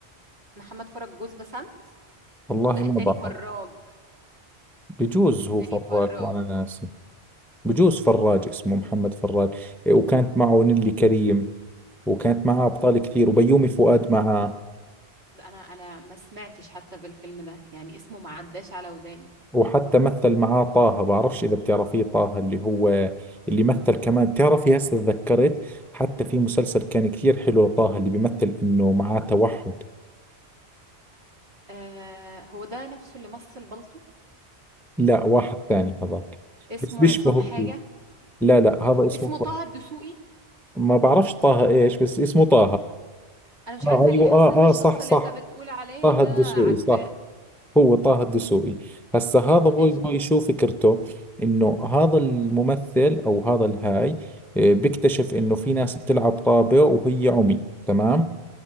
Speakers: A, on the right; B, in the centre.
A: محمد فرج جوز بسام
B: والله
A: لا
B: ما
A: التاني
B: بعرف
A: فراج
B: بجوز هو
A: تاني
B: فراج
A: فراج
B: وانا ناسي بجوز فراج اسمه محمد فراج وكانت معه نيلي كريم وكانت معاه أبطال كثير وبيومي فؤاد معاه
A: لا انا انا ما سمعتش حتى بالفيلم ده يعني اسمه ما عداش على وداني
B: وحتى مثل معاه طه بعرفش إذا بتعرفيه طه اللي هو اللي مثل كمان بتعرفي هسه تذكرت حتى في مسلسل كان كثير حلو طه اللي بيمثل إنه معاه توحد
A: آه هو ده نفسه اللي مثل بالطو
B: لا واحد ثاني هذاك
A: اسمه
B: بس بيشبهه
A: عصام حاجة
B: كثير لا لا هذا اسمه
A: اسمه طه
B: طه
A: الدسوقي
B: ما بعرفش طه إيش بس اسمه طه
A: انا مش عارفة
B: آه
A: ليه
B: أيوه
A: حاسة
B: آه
A: ان الشخص
B: آه صح
A: اللي
B: صح
A: انت بتقول عليه
B: طه
A: ده
B: الدسوقي
A: عارفاه
B: صح هو طه الدسوقي هسا هذا باي
A: ماشي
B: باي شو فكرته انه هذا الممثل او هذا الهاي آه، بيكتشف انه في ناس بتلعب طابة وهي عمي تمام